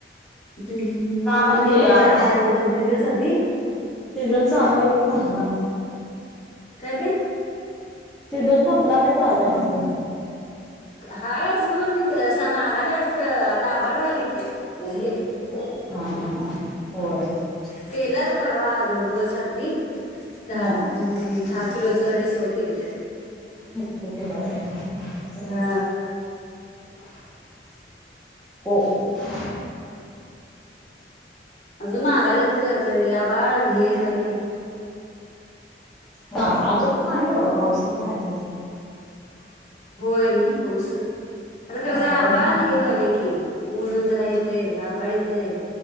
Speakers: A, on the left (about 40°); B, in the centre.
A: हम् हम्म निम
B: म्हणजे
A: मधिकेयला
B: आता
A: आताोन तन दिवस अद्धदी <inaudible>
B: सीजन चालू आहे का संपला?
A: काय ते?
B: सीझन संपला काय चालूय आहेना मुल.
A: हाय अजून कसं मागाल्यात खरं आता आभळ व्हायलय की.
B: हं
A: केले
B: हं हं होय.
A: केलं होतं परवा दोन दिवस आदी दहा
B: हा
A: हम दहा किलोचं डिस्को केलं.
B: केला आहे
A: हा
B: हा <unintelligible> <unintelligible>
A: अजून मागालंच फिरत या बाळ हे झाले <unintelligible>
B: हा अजून नाही एवढा पाऊस तू पाहायचा.
A: होय नाही पाऊस आता खरं
B: वातावरण
A: जरा बाळ
B: नाही.
A: न हे व्हालं की. ऊ न जरा येतय आभाळ येतय.